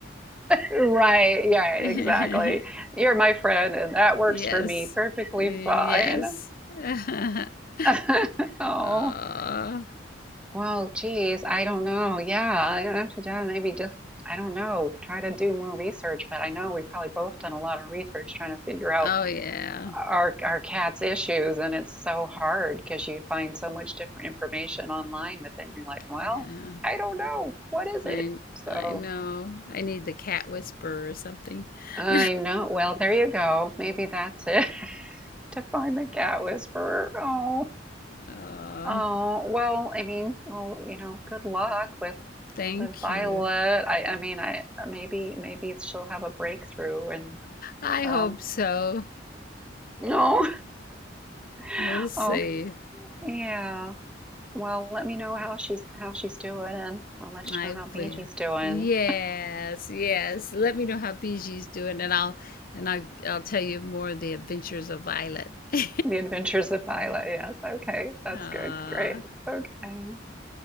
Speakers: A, in the centre; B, on the left (about 50°).
A: Right, yeah, exactly.
B: <laughs>
A: You're my friend and that works
B: Yes.
A: for me perfectly
B: Yes.
A: fine.
B: <laughs>
A: <laughs> Oh.
B: Oh,
A: Well, geez, I don't know. Yeah, I have to do maybe just I don't know, try to do more research, but I know we probably both done a lot of research trying to figure out
B: oh yeah.
A: our our cat's issues and it's so hard because you find so much different information online but then you're like well
B: Yeah.
A: I don't know what is
B: I
A: it so
B: I know. I need the cat whisperer or something. <laughs>
A: I know well there you go maybe that's it <laughs> to find the cat whisperer oh
B: Oh,
A: oh well I mean well you know good luck with
B: thank
A: with Violet
B: you.
A: I I mean I maybe maybe she'll have a breakthrough and
B: I
A: um
B: hope so.
A: no <laughs>
B: We'll see.
A: okay yeah Well, let me know how she's how she's doing, and I'll let
B: I
A: you know how BG's
B: will.
A: doing.
B: Yes, yes. Let me know how Biji's doing and I'll and I'll I'll tell you more of the adventures of Violet. <laughs>
A: The Adventures of Violet. Yes. Okay. That's
B: Aw.
A: good. Great. Okay.